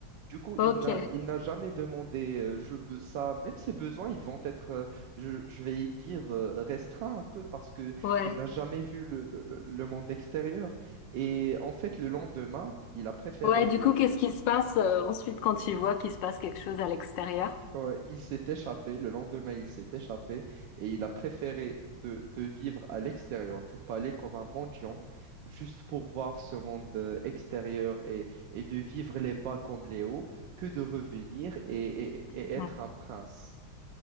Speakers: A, on the right; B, on the left.
A: Du coup,
B: Ok.
A: il n'a, il n'a jamais demandé euh, je veux ça. Même ses besoins, ils vont être, euh, je, je vais y dire, euh, restreints un peu parce que
B: Ouais.
A: il n'a jamais vu le, le- le- le monde extérieur. Et en fait, le lendemain, il a préféré
B: Ouais,
A: de,
B: du coup, qu'est-ce
A: de-
B: qui se passe euh, ensuite quand tu vois qu'il se passe quelque chose à l'extérieur?
A: Ouais, ouais, il s'est échappé, le lendemain il s'est échappé et il a préféré de, de vivre à l'extérieur du palais comme un mendiant, juste pour voir ce monde euh, extérieur et, et de vivre les bas comme les hauts, que de revenir et, et- et
B: Mhm.
A: être un prince.